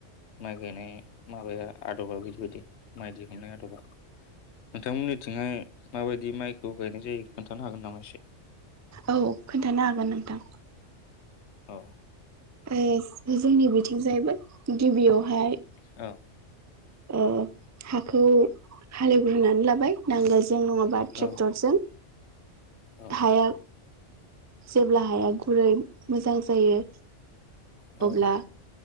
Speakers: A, on the left (about 65°); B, on the right (about 20°).
A: माइ गायनाय माबाया आदबा बेफोरबायदि। माइ दिहुननाय आदबा नोंथांमोननिथिंहाय माबायदि माइखौ गायनाय जायो खोन्थानो हागोन नामा एसे?
B: औ खोन्थानो हागोन नोंथां।
A: औ
B: ए जोंनि बिथिं जायबो। गिबियावहाय
A: औ
B: ओ- हाखौ हालेवग्रोनानै लाबाय नांगोलज जों नङाबा ट्रेक्टरजों
A: औ औ
B: हाया जेब्ला हाया गुरै मोजां जायो
A: औ
B: अब्ला